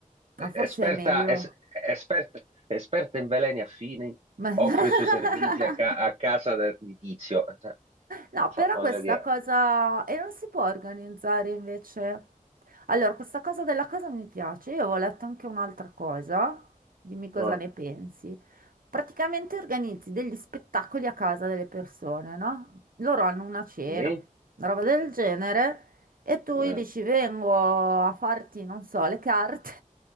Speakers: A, on the right (about 45°); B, on the right (about 85°).
A: Eh,
B: Ah, forse
A: Esperta,
B: è meglio.
A: es- esperta, esperta in veleni affini,
B: Ma... <laughs>
A: offre i suoi servizi a, ca- a casa del- di Tizio. Cioè,
B: No,
A: insomma,
B: però
A: voglio
B: questa
A: dire,
B: cosa... E non si può organizzare invece. Allora, questa cosa della casa mi piace. Io avevo letto anche un'altra cosa. Dimmi cosa
A: Mm.
B: ne pensi. Praticamente organizzi degli spettacoli a casa delle persone, no? Loro hanno una cena,
A: Sì?
B: una roba del genere, e tu
A: Eh,
B: gli dici vengo a farti, non so, le carte,